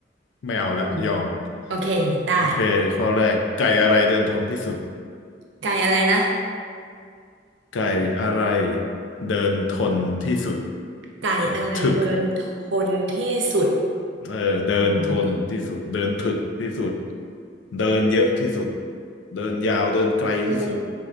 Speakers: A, on the left (about 80°); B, on the right (about 75°).
A: ไม่เอาละยอม
B: อืมโอเคได้
A: โอเคข้อแรกไก่อะไรเดินทนที่สุด
B: ไก่อะไรนะ
A: ไก่อะไรเดินทนที่สุด
B: ไก่อะไรเดินทนที่สุด
A: แบบถึกอะ เออเดินทนที่สุดเดินถึกที่สุด
B: ไก่
A: เดินเยอะที่สุดเดินยาวเดินไกลที่สุด
B: เดิน